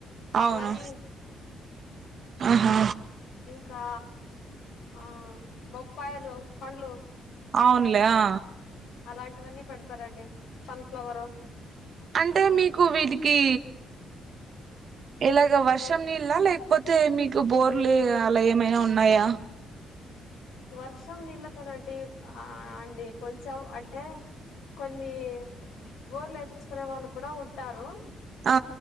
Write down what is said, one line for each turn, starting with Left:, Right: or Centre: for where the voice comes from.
Right: అవును
Left: వరి
Right: ఆహా
Left: ఇంకా ఆ ఆ బొప్పాయిలు పండ్లు
Right: అవున్ లే ఆ
Left: అలాంటివన్నీ పెడతారండి సన్ఫ్లవర్
Right: అంటే మీకు వీటికి ఇలాగ వర్షం నీళ్ళ లేక్ పోతే మీకు బోర్లు అలా ఏమైనా ఉన్నాయా
Left: వర్షం నీళ్ళతోనడి ఆ అండి కొంచెం అంటే కొన్ని బోర్లేపిచ్చుకునే వాళ్ళు కూడా ఉంటారు
Right: ఆ